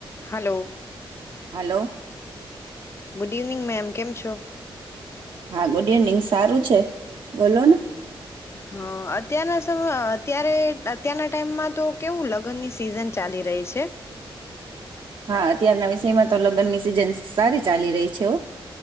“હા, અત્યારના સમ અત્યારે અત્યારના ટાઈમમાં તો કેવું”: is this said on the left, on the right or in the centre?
Left